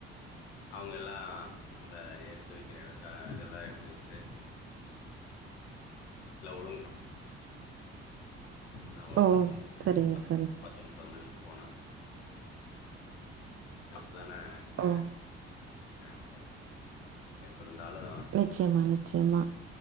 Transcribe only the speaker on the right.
ஓ
சரிங்க சார்
ஓ
நிச்சயமானிச்சி சியமா